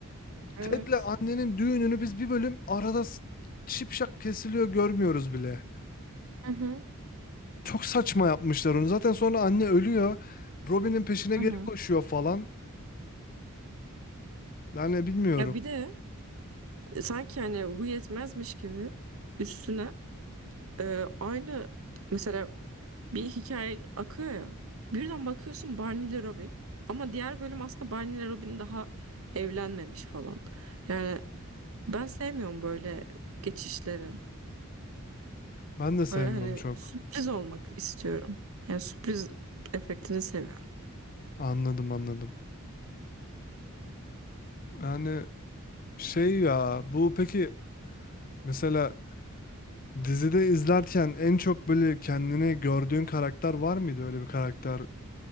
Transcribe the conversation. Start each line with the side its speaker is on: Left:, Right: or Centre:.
Right: Evet.
Left: Ted'le annenin düğününü biz bir bölüm arada s- şipşak kesiliyor görmüyoruz bile.
Right: Hı hı.
Left: Çok saçma yapmışlar onu. Zaten sonra anne ölüyor. Robin'in peşine
Right: Hı
Left: geri
Right: hı.
Left: koşuyor falan. Yani bilmiyorum.
Right: Ya bir de sanki hani bu yetmezmiş gibi üstüne e, aynı mesela bir hikaye akıyor ya. Birden bakıyorsun Barney ile Robin ama diğer bölüm aslında Barney ile Robin daha evlenmemiş falan. Yani ben sevmiyorum böyle geçişleri.
Left: Ben de sevmiyorum
Right: Böyle hani
Left: çok.
Right: sürpriz olmak istiyorum. Yani sürpriz efektini seviyorum.
Left: Anladım anladım. Yani şey ya bu peki mesela dizide izlerken en çok böyle kendini gördüğün karakter var mıydı öyle bir karakter?